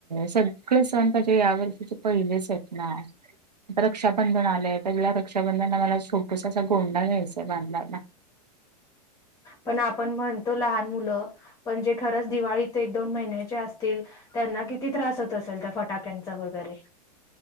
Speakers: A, on the right; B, on the left.
A: सगळे सण पाहिजे या वर्षीचे पहिलेच आहेत ना आता रक्षाबंधन आलंय त्यावेला रक्षाबंधनला मला छोटसा असा गोंडा घ्यायचाय बांधायला
B: पण आपण म्हणतो लहान मुलं पण जे खरंच दिवाळीथ एक दोन महिन्याच्या असतील त्यांना किती त्रास होत असेल त्या फटाक्यांचा वगैरे